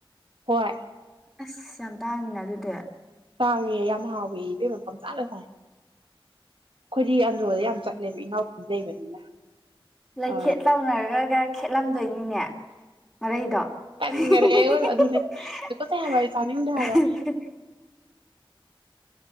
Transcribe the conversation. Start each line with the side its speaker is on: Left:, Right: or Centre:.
Right: ꯍꯣꯏ
Centre: ꯑꯁ ꯌꯥꯝ ꯇꯥꯡꯉꯤꯅ ꯑꯗꯨꯗꯤ
Right: ꯇꯥꯡꯉꯦ ꯌꯥꯝ ꯍꯥꯎꯋꯦꯌꯦ ꯏꯕꯦꯝꯃ ꯄꯪꯆꯥꯗ ꯆꯥꯏ ꯑꯩꯈꯣꯏꯗꯤ ꯑꯟꯗ꯭ꯔꯣꯗ ꯌꯥꯝ ꯆꯠꯂꯦꯕ ꯏꯅꯥꯎꯄꯤ ꯂꯩꯕꯅꯤꯅ
Centre: ꯂꯩꯈꯦꯠ
Right: ꯑ
Centre: ꯇꯧꯅꯔꯒ ꯈꯦꯠꯂꯝꯗꯣꯏꯅꯤꯅꯦ ꯃꯔꯩꯗꯣ ꯍꯤ
Right: ꯇꯟꯒꯔꯦꯕ
Centre: ꯍꯤ ꯍꯤꯍꯤꯍꯤ
Right: ꯑꯗꯨꯅꯦ ꯇꯨꯀꯠꯆꯩ
Centre: ꯑ
Right: ꯍꯥꯏꯕ ꯑꯩ ꯆꯥꯅꯤꯡꯗꯦ
Centre: ꯍ
Right: ꯍꯥꯏꯕ
Centre: ꯍ